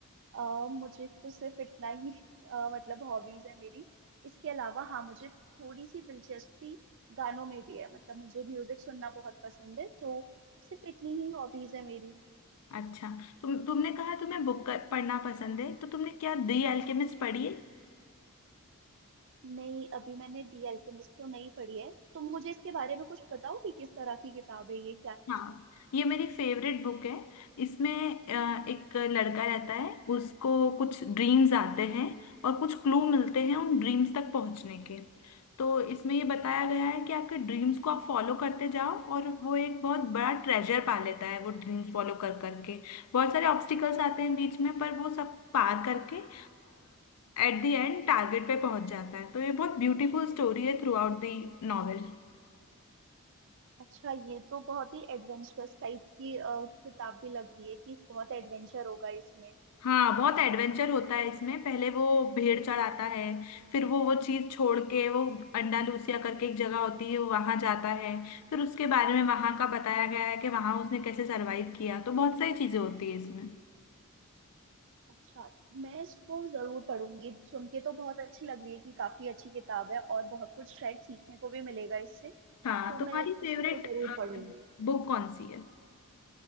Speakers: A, on the right; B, on the left.
A: अ, मुझे तो सिर्फ इतना ही अ, मतलब हॉबीज है मेरी इसके अलावा हाँ मुझे थोड़ी सी दिलचस्पी गानों में भी है मतलब मुझे म्यूजिक सुनना बहुत पसंद है तो सिर्फ इतनी ही हॉबीज है मेरी
B: अच्छा तुम तुमने कहा तुम्हें बुक कर, पढ़ना पसंद है तो तुमने क्या दी अल्केमिस्ट पढ़ी है
A: नहीं अभी मैंने दी अल्केमिस्ट तो नहीं पढ़ी है तुम मुझे इसके बारे में कुछ बताओ कि किस तरह की किताब है ये क्या है इसमें
B: हाँ ये मेरी फेवरेट बुक है इसमें अ, एक लड़का रहता है उसको कुछ ड्रीम्स आते हैं और कुछ क्लू मिलते हैं उन ड्रीम्स तक पहुंचने के तो इसमें ये बताया गया है कि आपके ड्रीम्स को आप फॉलो करते जाओ और वो एक बहुत बड़ा ट्रेजर पा लेता है वो ड्रीम्स फॉलो कर करके बहुत सारे ऑब्स्टिकल्स आते हैं बीच में पर वो सब पार करके एट द एंड टारगेट पे पहुंच जाता है तो ये बहुत ब्यूटीफुल स्टोरी है थ्रू आउट द नॉवेल
A: अच्छा ये तो बहुत ही एडवेंचरस टाइप की अ, किताब भी लग रही है कि बहुत एडवेंचर होगा इसमें
B: हाँ बहुत एडवेंचर होता है इसमें पहले वो भेड़ चढ़ाता है फिर वो वो चीज छोड़ के वो अंडालूसिया करके एक जगह होती है वहां जाता है फिर उसके बारे में वहां का बताया गया है कि वहां उसने कैसे सरवाइव किया तो बहुत सारी चीजें होती है इसमें
A: अच्छा मैं इसको जरूर पढ़ूंगी सुन के तो बहुत अच्छी लग रही है कि काफी अच्छी किताब है और बहुत कुछ शायद सीखने को भी मिलेगा इससे
B: हाँ
A: तो
B: तुम्हारी
A: मैं इसको
B: फेवरेट
A: जरूर पढ़ूंगी
B: बुक कौन सी है